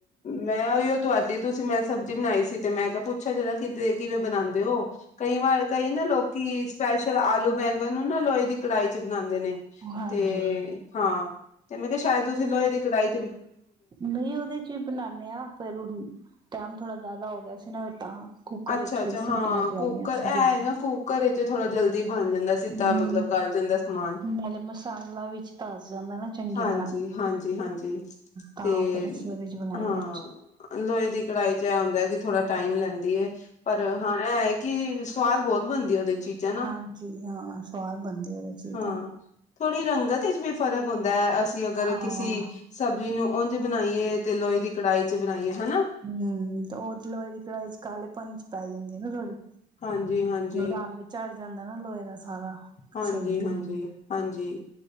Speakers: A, on the left; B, on the right.
A: ਮੈਂ ਉਹੀ ਤੁਹਾਡੇ। ਤੁਸੀਂ ਮੈਂ ਸਬਜ਼ੀ ਬਣਾਈ ਸੀ ਤੇ ਮੈਂ ਕਿਹਾ ਪੁੱਛਾ ਜ਼ਰਾ ਕਿਤੇ ਕਿਵੇਂ ਬਣਾਉਂਦੇ ਹੋ? ਕਈ ਵਾਰ ਕਈ ਨਾ ਲੋਕੀ ਸਪੈਸ਼ਲ ਆਲੂ ਬੈਂਗਣ ਨੂੰ ਨਾ ਲੋਏ ਦੀ ਕੜਾਈ 'ਚ ਬਣਾਉਂਦੇ ਨੇ?
B: ਹਾਂਜੀ
A: ਤੇ ਹਾਂ ਤੇ ਮੈਂ ਕਿਹਾ ਸ਼ਾਇਦ ਤੁਸੀਂ ਲੋਹੇ ਦੀ ਕੜਾਈ?
B: ਨਹੀਂ ਉਹਦੇ 'ਚ ਵੀ ਬਣਾਨੇ ਆ ਫੇਰ ਉਹ ਟਾਈਮ ਥੋੜਾ ਜਿਆਦਾ ਹੋ ਗਿਆ ਸੀ ਨਾ ਫੇਰ ਤਾਂ। ਕੁੱਕਰ
A: ਅੱਛਾ-ਅੱਛਾ
B: ਵਿੱਚ ਫਿਰ ਸੀਟੀਆਂ
A: ਹਾਂ
B: ਦਵਾਈਆਂ
A: ਕੁੱਕਰ
B: ਸੀਗੇ
A: ਹੈ ਨਾ ਕੁੱਕਰ ਵਿੱਚ ਥੋੜਾ ਜਲਦੀ। ਬਣ ਜਾਂਦਾ ਸਿੱਧਾ
B: ਹਮ
A: ਮਤਲਬ ਗਲ ਜਾਂਦਾ ਸਮਾਨ।
B: ਨਾਲੇ ਮਸਾਲਾ ਵਿੱਚ ਧਸ ਜਾਂਦਾ ਨਾ ਚੰਗੀ
A: ਹਾਂਜੀ-ਹਾਂਜੀ-ਹਾਂਜੀ
B: ਤਰ੍ਹਾਂ ਤਾਂ
A: ਤੇ।
B: ਫਿਰ ਅਸੀਂ ਉਹਦੇ ਚ ਬਣਾਈ
A: ਹਾਂ
B: ਅੱਜ
A: ਲੋਹੇ ਦੀ ਕੜਾਹੀ 'ਚ ਇਹ ਹੁੰਦਾ ਕਿ ਥੋੜਾ। ਟਾਈਮ ਲੈਂਦੀ ਹੈ ਪਰ ਹਾਂ ਇਹ ਹੈ ਕਿ ਸਵਾਦ ਬਹੁਤ ਬਣਦੀ ਹੈ ਉਹਦੀ। ਚੀਜ਼ਾਂ ਨਾ
B: ਹਾਂਜੀ ਹਾਂ ਸਵਾਦ ਬਣਦੀ ਉਹਦੇ ਚ
A: ਹਾਂ
B: ਤਾਂ
A: ਥੋੜ੍ਹੀ ਰੰਗਤ ਚ ਵੀ ਫ਼ਰਕ। ਹੁੰਦਾ ਹੈ ਅਸੀਂ ਅਗਰ
B: ਹਾਂ
A: ਕਿਸੇ ਸਬਜ਼ੀ ਨੂੰ ਉਂਝ ਬਣਾਈਏ ਤੇ ਲੋਹੇ ਦੀ ਕੜਾਹੀ 'ਚ ਬਣਾਈਏ ਹਨਾ।
B: ਹੂੰ ਤੇ ਉਹ ਲੋਹੇ ਦੀ ਕੜਾਹੀ ਚ ਕਾਲੇ ਪਣ 'ਚ ਪੈ ਜਾਂਦੀ ਹੈ ਨਾ ਥੋੜੀ।
A: ਹਾਂਜੀ ਹਾਂਜੀ
B: ਰੰਗ ਚੜ ਜਾਂਦਾ ਨਾ ਲੋਹੇ ਦਾ। ਸਾਰਾ
A: ਹਾਂਜੀ
B: ਸਬਜ਼ੀ ਨੂੰ
A: ਹਾਂਜੀ ਹਾਂਜੀ